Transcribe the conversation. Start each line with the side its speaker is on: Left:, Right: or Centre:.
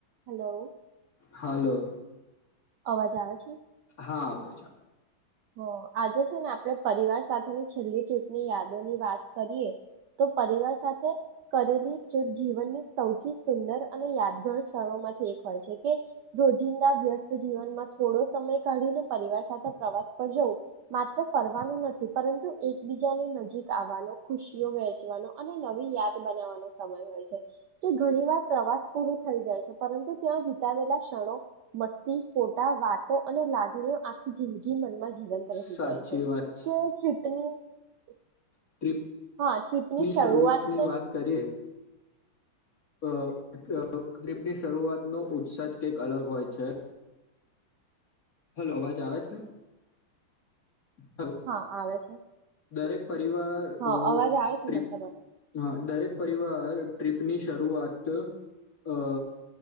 Right: Hello.
Left: Hello.
Right: અવાજ આવે છે?
Left: હા આવે છે.
Right: હા આજે છે ને આપણે પરિવાર સાથેની છેલ્લી ટ્રીપની યાદોની વાત કરીએ, તો પરિવાર સાથે કરેલી ટ્રીપ જીવનની સૌથી સુંદર અને યાદગાર ક્ષણો માંથી એક હોય છે કે રોજિંદા વ્યસ્ત જીવનમાં થોડો સમય કાઢીને પરિવાર સાથે પ્રવાસ પણજો, માત્ર ફરવાનું નથી પરંતુ એકબીજાની નજીક આવવાનો, ખુશીઓ વહેચવાનો અને નવી યાદ બનાવવાનો સમય હોય છે, કે ઘણી વાર પ્રવાસ પૂરું થઈ જાય છે પરંતુ ત્યાં વિતાવેલા ક્ષણો, મસ્તી, ફોટા વાતો અને લાગણીઓ આખી જિંદગી મનમાં જીવંત રહી
Left: સાચી
Right: જાય છે.
Left: વાત
Right: કે <unintelligible>
Left: ટ્રીપ
Right: હા ટ્રીપની
Left: ની
Right: શરૂઆત
Left: શરૂઆતની વાત કરીએ અહ અહ ટ્રીપની‌ શરૂઆતનો ઉત્સાહ જ કંઈક અલગ હોય છે. હલો અવાજ આવે છે? હલો
Right: હા આવે છે.
Left: દરેક પરિવાર
Right: હા
Left: અ
Right: અવાજ આવે
Left: ટ્રીપ
Right: છે મને તમારો
Left: હા દરેક પરિવાર ટ્રીપની શરૂઆત અ